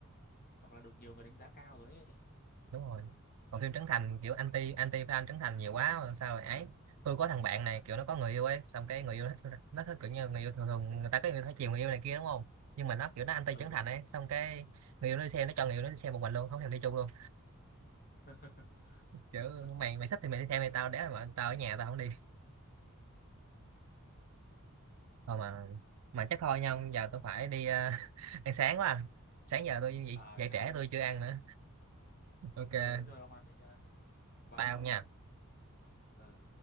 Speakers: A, on the left; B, on the right.
A: hoặc là được nhiều người đánh giá cao rồi ấy
B: đúng rồi còn phim Trấn Thành kiểu anti anti fan Trấn Thành nhiều quá rồi sao rồi ấy tôi có thằng bạn này kiểu nó có người yêu ấy xong cái người yêu nó thích nó thích kiểu như người yêu thường thường người ta có người phải chiều người yêu này kia đúng không nhưng mà nó kiểu nó anti
A: ừ
B: Trấn
A: đúng
B: Thành
A: rồi
B: ấy xong cái người yêu nó đi xem nó cho người yêu nó đi xem một mình luôn không thèm đi chung luôn
A: <laughs>
B: kiểu
A: Ừ.
B: mày mày thích thì mày đi theo mày tao để mà tao ở nhà tao không đi thôi mà mà chắc thôi nha giờ tôi phải đi ờ, <laughs> ăn sáng quá à. sáng giờ tôi dậy,
A: à
B: dậy
A: thế thôi
B: trễ tôi chưa ăn nữa ok
A: ờ thế thôi ông ăn đi nha bye
B: bye
A: ông
B: ông nha
A: Ờ.